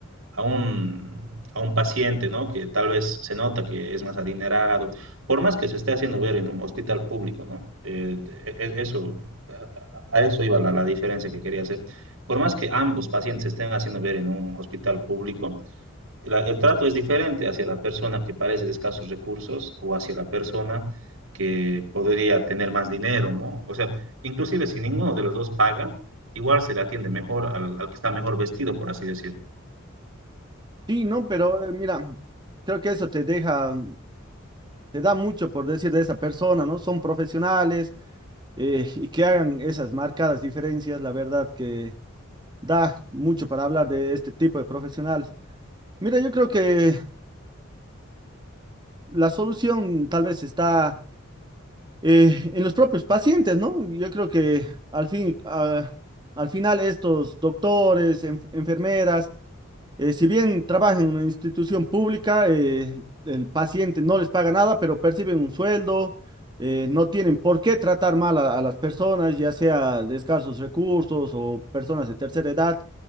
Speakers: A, on the right (about 85°); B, on the right (about 20°).
A: a un, a un paciente, ¿no? Que tal vez se nota que es más adinerado, por más que se esté haciendo ver en un hospital público, ¿no? Eh, e- e, eso, a eso iba la, la diferencia que quería hacer. Por más que ambos pacientes se estén haciendo ver en un hospital público, la- el trato es diferente hacia la persona que parece de escasos recursos o hacia la persona que podría tener más dinero, ¿no? O sea, inclusive si ninguno de los dos paga, igual se le atiende mejor al, al que está mejor vestido, por así decir.
B: Sí, ¿no? Pero eh, mira, creo que eso te deja se da mucho por decir de esa persona, ¿no? Son profesionales eh, y que hagan esas marcadas diferencias, la verdad que da mucho para hablar de este tipo de profesionales. Mira, yo creo que la solución tal vez está eh, en los propios pacientes, ¿no? Yo creo que al fin, ah, al final estos doctores, enf- enfermeras, Eh, si bien trabajan en una institución pública, eh, el paciente no les paga nada, pero perciben un sueldo, eh, no tienen por qué tratar mal a, a las personas, ya sea de escasos recursos o personas de tercera edad.